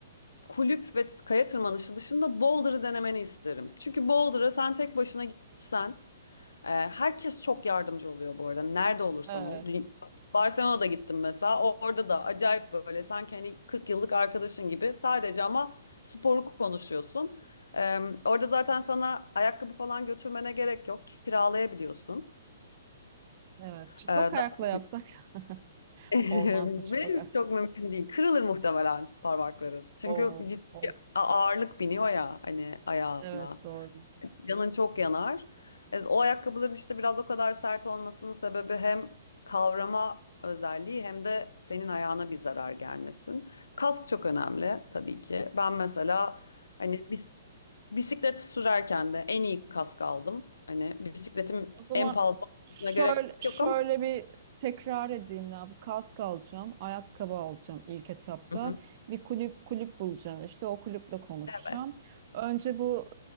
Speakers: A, on the left (about 75°); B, on the right (about 45°).
A: kulüp ve kaya tırmanışı dışında Boulder'ı denemeni isterim. Çünkü Boulder'a sen tek başına gitsen, e, herkes çok yardımcı oluyor bu arada. Nerede olursan
B: evet,
A: ol. Dü- Barcelona'da gittim mesela. O- Orada da acayip böyle sanki hani 40 yıllık arkadaşın gibi sadece ama sporu konuşuyorsun. E, orada zaten sana ayakkabı falan götürmene gerek yok. Kiralayabiliyorsun.
B: evet. Çıplak
A: E, daha-
B: ayakla yapsak <laughs>
A: <laughs>
B: olmaz mı çıplak
A: Ve
B: ayak?
A: çok mümkün değil. Kırılır muhtemelen parmakların. Çünkü
B: Oo,
A: ciddi
B: oo.
A: ağırlık biniyor ya hani ayağına.
B: Evet doğru.
A: Canın çok yanar. E, O ayakkabıların işte biraz o kadar sert olmasının sebebi hem kavrama özelliği hem de senin ayağına bir zarar gelmesin. Kask çok önemli tabii ki. Ben mesela hani bis bisiklet sürerken de en iyi kask aldım. Hani bisikletim
B: O zaman
A: en pahalı olmasına
B: şöyle
A: gerek
B: şöyle
A: yok ama
B: bir tekrar edeyim ne yapayım. Kask alacağım, ayakkabı alacağım ilk etapta.
A: Hı hı.
B: Bir kulüp kulüp bulacağım işte o kulüple konuşacağım.
A: evet.
B: Önce bu